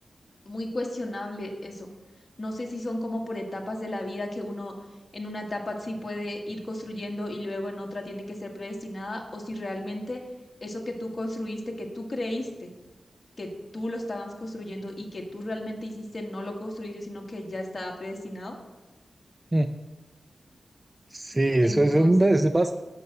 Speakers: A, on the left; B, on the right.
A: muy cuestionable eso. No sé si son como por etapas de la vida que uno en una etapa sí puede ir construyendo y luego en otra tiene que ser predestinada o si realmente eso que tú construiste, que tú creíste que tú lo estabas construyendo y que tú realmente hiciste, no lo construiste, sino que ya estaba predestinado.
B: sí. Sí, eso
A: Entonces,
B: es, un- es bastante